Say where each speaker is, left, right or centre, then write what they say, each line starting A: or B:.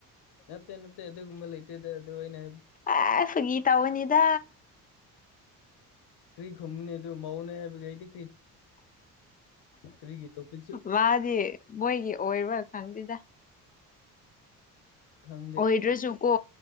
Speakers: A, on the left; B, on the left.
A: ꯅꯠꯇꯦ ꯅꯠꯇꯦ ꯑꯗꯨꯒꯨꯝꯕꯜ ꯂꯩꯇ ꯑꯗꯨ ꯑꯗꯨꯩꯅ
B: ꯑꯁꯨꯒ ꯒꯤ ꯇ ꯑꯣꯏꯅꯤꯗ
A: ꯀ꯭ꯔꯤ ꯈꯨꯨꯝꯅꯤ ꯑꯗꯨ ꯃꯧꯅꯦ ꯍꯥꯏꯕꯗꯤ ꯀꯔꯤꯒꯤ ꯇꯣꯄꯤꯛꯁꯨ
B: ꯃꯥꯗꯤ ꯃꯣꯏꯒꯤ ꯑꯣꯏꯔꯣꯏ ꯈꯪꯗꯦꯗ
A: ꯈꯪꯗꯦ
B: ꯑꯣꯏꯗ꯭ꯔꯁꯨ ꯀꯣ